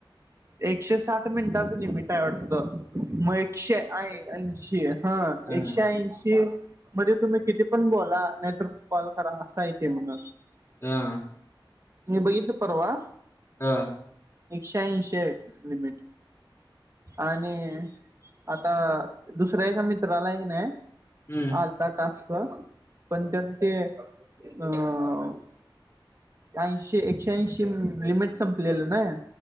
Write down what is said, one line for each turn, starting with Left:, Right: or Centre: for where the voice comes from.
Right: एकशे साठ मिनिटाचं लिमिट आहे वाटतं. म एकशे ऐ ऐंशी हां
Left: हं
Right: एकशे ऐंशी मध्ये तुम्ही किती पण बोला, नाहीतर कॉल करा असं आहे ते म्हणे.
Left: हा
Right: मी बघितलं परवा
Left: हा
Right: एकशे-ऐंशी आहे लिमिट आणि आता दुसऱ्या एका मित्राला आहे कनी
Left: हम्म
Right: होता टास्क पण त्याने ते अ ऐशी एकशे - ऐंशी लिमिट संपलेलं नाई